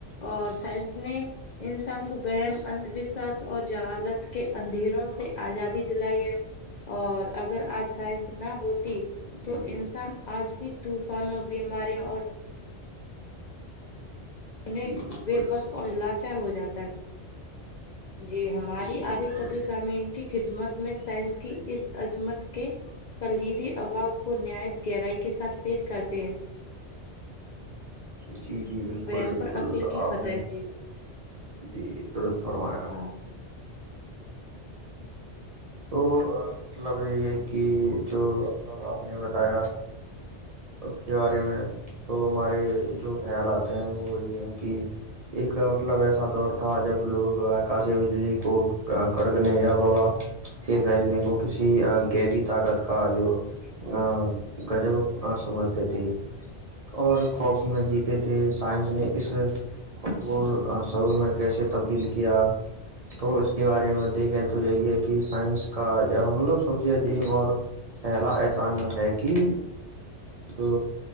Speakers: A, on the left; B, on the right.
A: اور سائنس نے انسان کو بم انھ وشواس اور جہالت کے اندھیروں سے ازادی دلائی ہے اور اگر اج سائنس نہ ہو ت تو
B: جی جی
A: انسان آج بھی طوفانوں بیماریوں اور نے
B: جی بالکل
A: بے بس اور لاچار ہو جاتا ہے جی ہماری
B: جی
A: القدس
B: بالکل
A: سامین کی خدمت میں سائنس کی اس عظمت کے کلیدی اباام کو نایت گہرائی کے ساتھ پیش کرتے ہیں
B: جی جی بالکل
A: وہم
B: بالکل
A: پر عقل کی
B: آپ
A: فتح
B: نے
A: جی
B: جی ترت فرمایا
A: ہاں
B: تو مطلب یہی ہے کہ جو مطلب آپ نے بتایا اس کے بارے میں تو ہمارے جو خیال آتے ہیں وہ یہ ہیں کہ ایک مطلب ایسا دور تھا جب لوگ آکاشی بجلی کو کڑکنے یا بابا کے پھیلنے کو کسی گغبی طاقت کا جو ا گجب سمجھتے تھی اور خوف میں جیتے تھے سائنس نے اس وہ سور میں کیسے تبدیل کیا تو اس کے بارے میں دیکھیں تو یہی ہے کہ سائنس کا مطلب سب سے عظیم اور پہلا ایسا ہے کہ جو